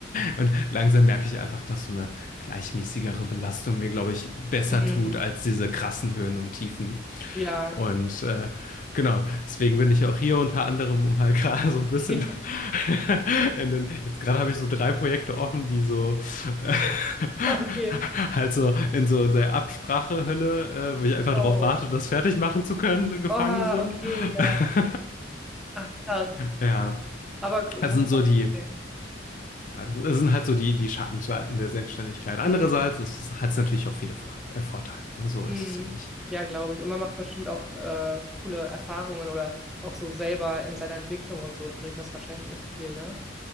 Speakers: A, on the left; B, in the centre.
A: Und langsam merke ich einfach, dass so eine gleichmäßigere Belastung mir, glaube ich, besser
B: Mhm.
A: tut als diese krassen Höhen und Tiefen.
B: Ja.
A: Und äh, genau, deswegen bin ich auch hier unter anderem, um halt <laughs> gerade so ein bisschen
B: <laughs>
A: <laughs> in den, jetzt gerade habe ich so drei Projekte offen, die so äh, <laughs>
B: Okay.
A: halt so in so in der Absprachehölle, äh, wo ich einfach
B: Oh.
A: darauf warte, das fertig machen zu können, gefangen
B: Oh
A: sind.
B: okay, ja.
A: <laughs>
B: Ach, krass.
A: Ja,
B: Aber cool,
A: das
B: kann
A: sind
B: ich
A: so
B: auch
A: die,
B: verstehen.
A: ja, das sind halt so die, die Schattenseiten der Selbstständigkeit. Andererseits
B: Mhm.
A: hat es hat's natürlich auch viele Freude, äh, Vorteile, ne? So
B: Mhm.
A: ist es ja nicht.
B: Ja, glaube ich. Und man macht bestimmt auch äh, coole Erfahrungen oder auch so selber in seiner Entwicklung und so bringt das wahrscheinlich echt viel, ne?